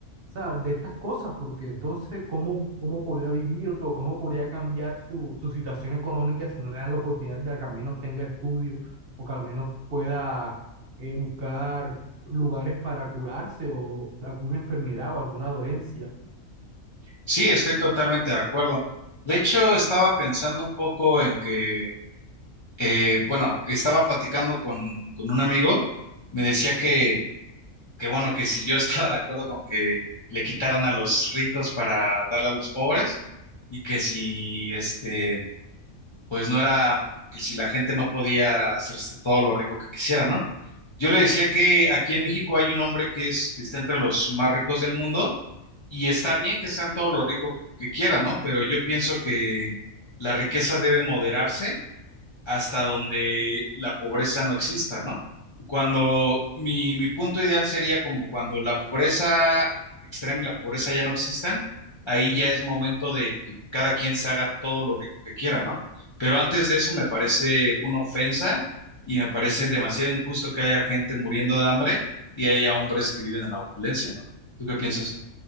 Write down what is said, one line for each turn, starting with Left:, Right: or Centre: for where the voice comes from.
Right: o sea, de estas cosas, porque entonces, ¿cómo, cómo podría vivir o cómo podría cambiar su, su situación económica si no le dan la oportunidad de que al menos tenga estudios o que al menos pueda eh, buscar lugares para curarse o alguna enfermedad o alguna dolencia?
Left: Sí, estoy totalmente de acuerdo. De hecho, estaba pensando un poco en que, eh, bueno, estaba platicando con, con un amigo, me decía que que bueno, que si yo estaba de acuerdo con que le quitaran a los ricos para darle a los pobres y que si este, pues no era, que si la gente no podía hacerse todo lo rico que quisiera, ¿no? Yo le decía que aquí en México hay un hombre que es, que está entre los más ricos del mundo y está bien que sean todo lo rico que quieran, ¿no? Pero yo pienso que la riqueza debe moderarse hasta donde la pobreza no exista, ¿no? Cuando mi, mi punto ideal sería como cuando la pobreza extrema y la pobreza ya no existan, ahí ya es momento de que cada quien se haga todo lo rico que quiera, ¿no? Pero antes de eso me parece una ofensa y me parece demasiado injusto que haya gente muriendo de hambre y haya hombres que viven en la opulencia, ¿no? ¿Tú qué piensas?